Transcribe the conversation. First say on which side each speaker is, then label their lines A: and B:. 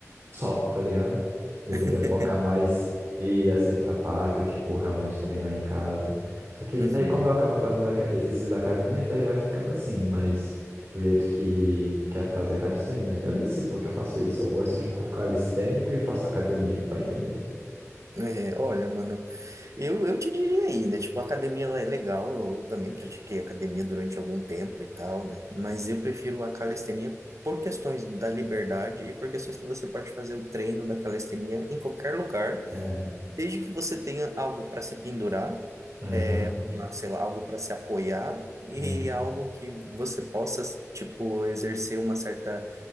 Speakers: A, on the right (about 55°); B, on the right (about 70°).
A: só, tá ligado? Deveria
B: <laughs>
A: focar mais e ir assim pra parque, ou tipo, realmente treinar em casa. Só que
B: Uhum.
A: daí, como eu acabo fazendo aca- exercício da academia, daí vai ficando assim, mas o jeito que quero fazer é a calistenia. Eu nem sei por que eu faço isso. Eu gosto de um corpo calistênico e faço academia. Vai entender.
B: É, olha, mano, eu, eu te diria aí, né? Tipo, a academia ela é legal, eu, eu também pratiquei academia durante algum tempo e tal, né? Mas eu prefiro a calistenia por questões da liberdade e por questões que você pode fazer o treino da calistenia em qualquer lugar
A: É.
B: Desde que você tenha algo para se pendurar,
A: Aham.
B: é, uma, sei lá, algo para se apoiar e
A: Uhum.
B: algo que você possa, tipo, exercer uma certa,